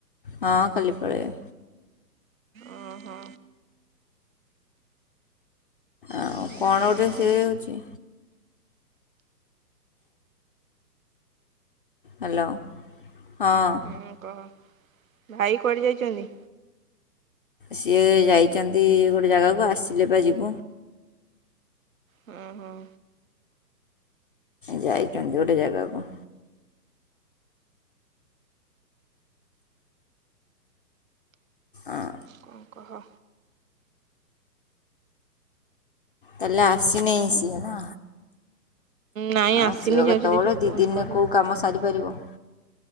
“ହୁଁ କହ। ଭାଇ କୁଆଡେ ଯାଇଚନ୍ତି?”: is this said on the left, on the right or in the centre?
Right